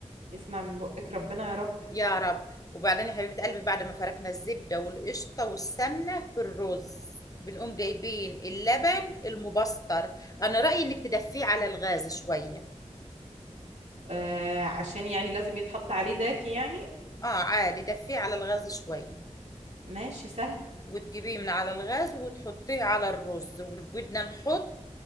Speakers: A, on the right (about 70°); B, on the left (about 30°).
A: يسمع من بقك ربنا يا رب
B: يا رب وبعدين يا حبيبة قلبي بعد ما فركنا الزبدة والقشطة والسمنة في الرز بنقوم جايبين اللبن المبستر أنا رأيي إنك تدفيه على الغاز شوية
A: آه عشان يعني لازم يتحط عليه دافي يعني
B: آه عادي دفيه على الغاز شوية
A: ماشي سهل
B: وتجيبيه من على الغاز وتحطيه على الرز وبدنا نحط